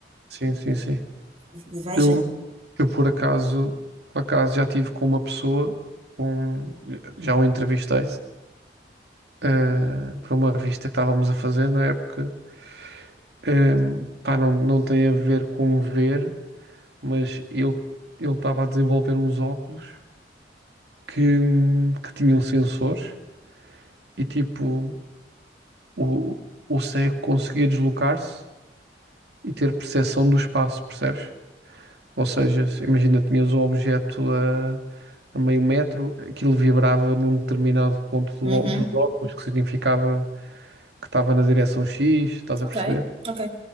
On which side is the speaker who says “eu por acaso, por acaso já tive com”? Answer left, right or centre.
Right